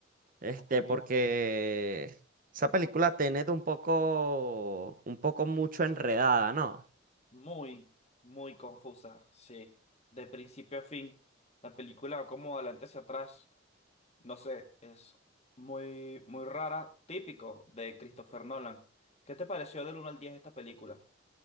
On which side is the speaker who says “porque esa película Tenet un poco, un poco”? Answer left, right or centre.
Right